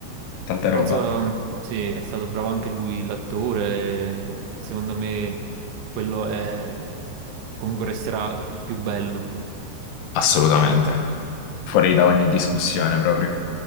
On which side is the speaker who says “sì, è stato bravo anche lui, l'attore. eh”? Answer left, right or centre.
Right